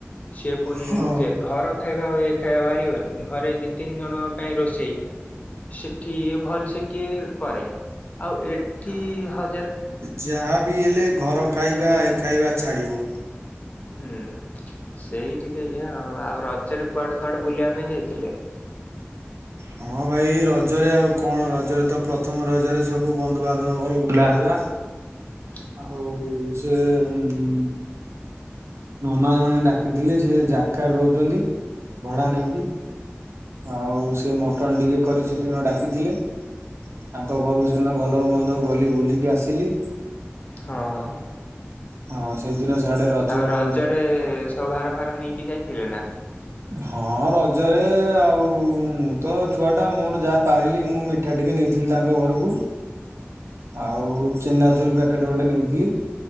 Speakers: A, on the left; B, on the right.
A: ସେ ପୁଣି
B: ହଁ
A: ଘର ଖାଇବା ଆଉ ଏ ଖାଇବା ବାରିବନି, ଘରେ ଦିଇ ତିନି ଜଣଙ୍କ ପାଇଁ ରୋଷେଇ। ସେଠି ଭଲସ କିଏ କରେ, ଆଉ ଏଠି ହ
B: ଯାହାବି ହେଲେ ଘର ଖାଇବା ଏ ଖାଇବା ଛାଡ଼ିବ।
A: ହୁଁ ସେଇ ଟିକେ ଇଏ ଆଉ, ଆଉ ରଜରେ କୁଆଡ଼େ କୁଆଡେ ବୁଲିବା ପାଇଁ ଯାଇଥିଲେ? <inaudible>
B: ହଁ ଭାଇ ରଜରେ ଆଉ କଣ ରଜରେ ତ ପ୍ରଥମ ରଜରେ ସବୁ ବନ୍ଧୁବାନ୍ଧବ ଘର ବୁଲାହେଲା।
A: <inaudible>
B: ଆଉ ସେ ଉମ ଉଁ ନନା ଜଣେ ଡାକିଥିଲେ, ସେ ଜାରକା ରହୁଛନ୍ତି ଭଡା ନେଇକି।
A: ହଁ।
B: ଆଉ ସେ ମଟନ୍ ଟିକେ କରି ସେଦିନ ଡାକିଥିଲେ। ତାଙ୍କ ଘରୁ ସେଦିନ ଭଲ ହଉ ମନ୍ଦ ହଉ ଗଲି ବୁଲିକି ଆସିଲି।
A: ହଁ ଅଁ
B: ହଁ, ସେଦିନ ସଆଡେ ରଜ
A: ଆଉ
B: ଗ
A: ରଜରେ ସବୁ ଭାର ଫାର ନେଇକି ଯାଇଥିଲେ ନା?
B: ହଁ ରଜରେ ଆଉ ମୁଁ ତ ଛୁଆ ଟା ମୋର ଯାହା ପାରିଲି ମିଠା ଟିକେ ନେଇଥିଲ ତାଙ୍କ ଘରକୁ।
A: <inaudible>
B: ଆଉ ଚେନାଚୁର ପ୍ୟାକେଟ ଗୋଟେ ନେଇଥିଲି।